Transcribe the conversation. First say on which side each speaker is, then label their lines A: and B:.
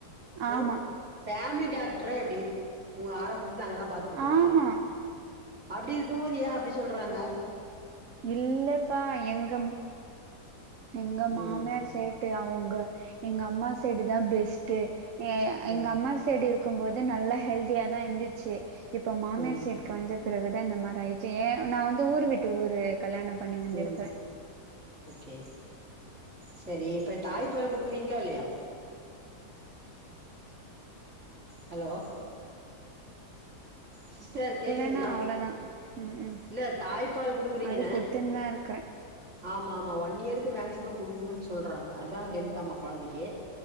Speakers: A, on the right; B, on the right.
A: ஆமா
B: அ ஃபேமிலி <unintelligible> க்டரா எப்டி உ ஆரம்பத்துலஅங்க தா பாத்துருக்கீங்களா
A: ஆமா
B: அப்டி இருக்கும்போதியா அப்டி சொல்றாங்க
A: இல்லபா எங்கம் எங்க மாமியார்
B: ம்
A: சைட்டு அவங் ங்க எங்க அம்மா செடு தா பெஸ்ட்டு ஏய் எங்க
B: ம்
A: அம்மா செடு இருக் இருக்கும்போது நல்லா ஹெல்தியா தான் இருந்துச்சி இப்ப மாமியார்
B: ம்
A: சைட்கு வந்த பிறகு இந்தந்த மாதிரி ஆ ஜெய நான் வந்து ஊர் விட்டு ஊரு கல்யாணம் பண்ணி வந்திருபென்
B: ம் ஓகே சரி இப்ப தாய்பால் குடுக்குறீங்களா இல்லையா ஹலோ சிஸ்டர் கேக்குதுங்களா
A: இல்லன்னா அவ்ளோதா ம் ம்
B: இல்ல தாய்ப்பால் கொடுக்குறீங்கதன
A: அது குடுத்துன்னு தா இருக்கறே
B: ஆமா ஆமா ஒன் பன்னியருக்கு மேக்ஸிமம் கொடுக்கணும் சொல்கிறாங்க அதுான் ஹெல்த் ஆமா குழந்தைக்கு